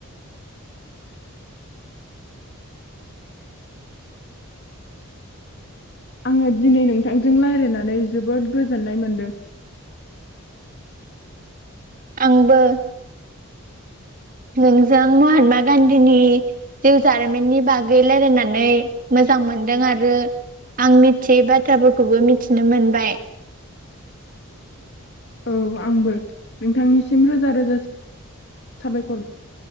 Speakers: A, on the left; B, on the right.
A: आङो दिनै नोंथांजों रायलायनानै जोबोद गोजोननाय मोनदों।
B: आंबो नोंजों महात्मा गान्धीनि जिउ जारिमिननि बागै रायलायनानै मोजां मोनदों आरो आं मिथियै बाथ्राफोरखौबो मिथिनो मोनबाय।
A: औ आंबो नोंथांनिसिम रोजा-रोजा साबायखर